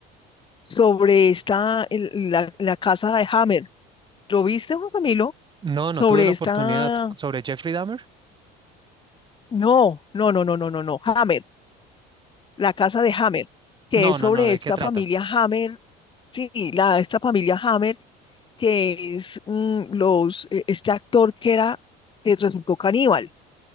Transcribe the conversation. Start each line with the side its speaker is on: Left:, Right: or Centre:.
Left: sobre esta, el- la, la casa de Hammer. ¿Lo viste, Juan Camilo?
Right: No, no
Left: Sobre
Right: tuve la
Left: esta,
Right: oportunidad sobre Jeffrey Dahmer.
Left: no, no, no, no, no, no, no, Hammer, la casa de Hammer, que
Right: No,
Left: es sobre
Right: no, no, ¿de
Left: esta
Right: qué trata?
Left: familia Hammer, sí, la, esta familia Hammer que es mm, los, eh, este actor que era, que resultó caníbal,